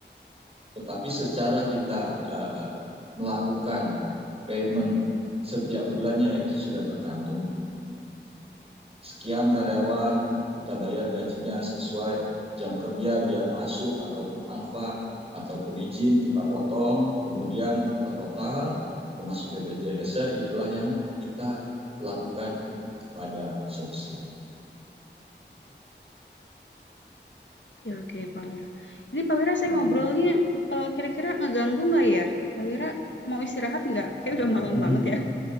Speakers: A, on the right (about 30°); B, on the left (about 80°).
A: Tetapi secara kita eh, melakukan payment setiap bulannya itu sudah tercantum. Sekian karyawan, kita bayar gajinya sesuai jam kerja dia masuk ataupun alfa ataupun izin kita potong, kemudian kita total termasuk BPJS itulah yang kita lakukan kepada outsourcing.
B: Oke oke, Pak Wira. Ini Pak Wira saya
A: Heeh.
B: ngobrolnya, eee, kira-kira ngeganggu nggak ya? Pak Wira mau istirahat nggak? Kayaknya
A: Eh,
B: udah malam
A: <laughs>
B: banget ya?